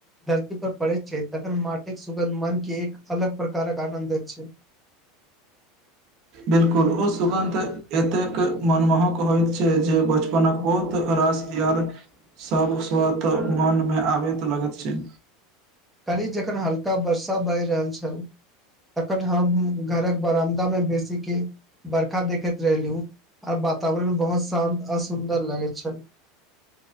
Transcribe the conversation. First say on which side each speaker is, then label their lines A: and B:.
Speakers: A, in the centre; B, on the right.
A: धरती पर पड़ै छै तखन माटिक सुगन्ध मन के एक अलग प्रकारक आनन्द हो छै <unintelligible>
B: बिल्कुल ओ सुगन्ध एतेक मनमोहक होइत छै जे बचपनक के बहुत रास याद सब स्वत मन मे आबैत लगत छै
A: काली जखन हल्का वर्षा भहि रहल छल तखट हम घरक बरामदा मे बेसी के बर्खा देखे रेलू आर वातावरण बहुत शान्त आ सुन्दर लगैत छल